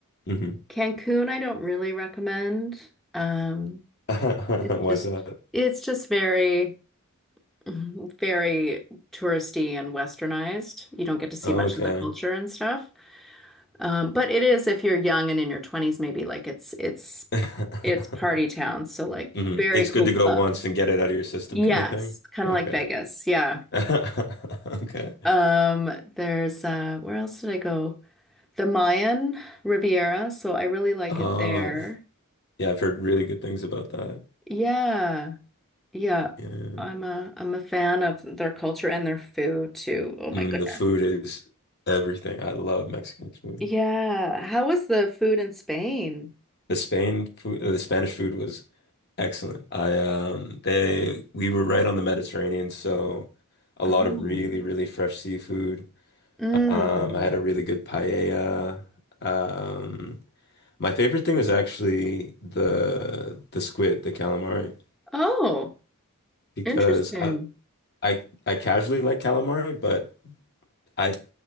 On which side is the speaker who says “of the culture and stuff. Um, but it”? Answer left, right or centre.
Centre